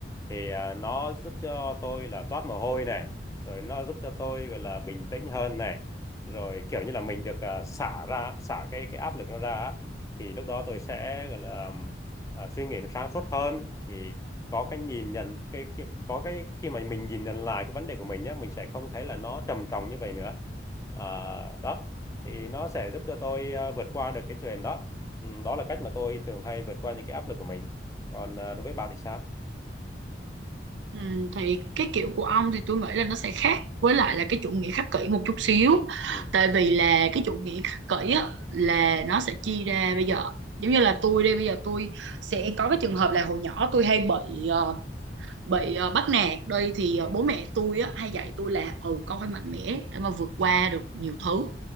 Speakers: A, on the left (about 20°); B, on the right (about 85°).
A: thì ờ, nó giúp cho tôi là toát mồ hôi này rồi nó giúp cho tôi gọi là bình tĩnh hơn này rồi kiểu như là mình được ờ, xả ra xả cái cái áp lực nó ra á. thì lúc đó tôi sẽ gọi là ờ, suy nghĩ nó sáng suốt hơn thì có cái nhìn nhận cái khi, có cái khi mà mình nhìn nhận lại cái vấn đề của mình nhé mình sẽ không thấy là nó trầm trọng như vậy nữa à, đó thì nó sẽ giúp cho tôi à, vượt qua được cái chuyện đó ừ, đó là cách mà tôi thường hay vượt qua những cái áp lực của mình còn à, đối với bà thì sao
B: Ừ, thì cái kiểu của ông thì tôi nghĩ là nó sẽ khác với lại là cái chủ nghĩa khắc kỷ một chút xíu
A: ừ,
B: tại vì là cái chủ nghĩa khắc kỷ á, là nó sẽ chia ra bây giờ giống như là tôi đây bây giờ tôi sẽ có cái trường hợp là hồi nhỏ tôi hay bị ờ, bị ờ, bắt nạt đây thì ờ,
A: ừ,
B: bố mẹ tôi á, hay dạy tôi là ừ con phải mạnh mẽ để mà vượt qua được nhiều thứ